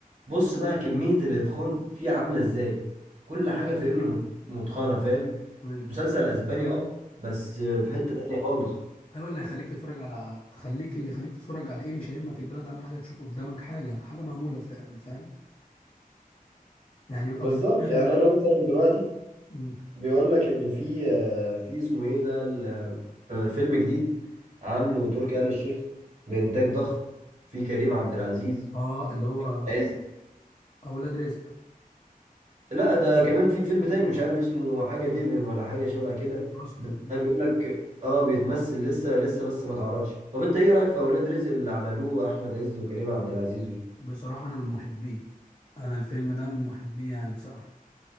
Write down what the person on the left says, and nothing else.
ايوه
ايوه اللي هيخليك تتفرج على تخليك اللي يخليك تتفرج على ايه مش هيهمك البلد اهم حاجه تشوف قدامك حاجه حاجه معموله فاهم فاهم يعني من
اكتر فيلم
مم.
اه اللي هو
اولاد رزق
اصلا
مم.
بصراحه انا من محبيه انا الفيلم ده من محبيه يعني بصراحه